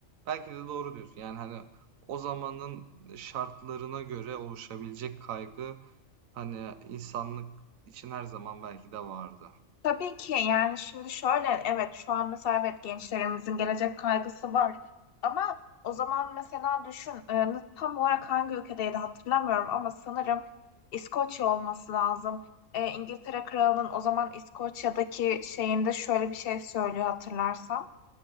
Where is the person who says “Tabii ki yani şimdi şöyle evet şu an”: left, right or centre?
Left